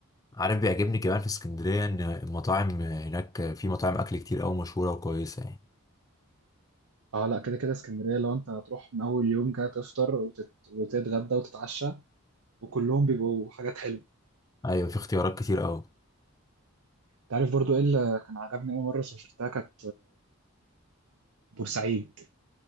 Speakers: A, on the left; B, on the right.
A: عارف بيعجبني كمان في اسكندرية ان المطاعم هناك في مطاعم اكل كتير قوي مشهورة وكويسة يعني
B: اه لا كده كده اسكندريه لو انت هتروح من اول يوم كده تفطر وتت... وتتغدى وتتعشى وكلهم بيبقوا حاجات حلوه
A: ايوه في اختيارات كتير قوي
B: تعرف برضو ايه اللي كان عجبني اول مره سافرتها كانت بورسعيد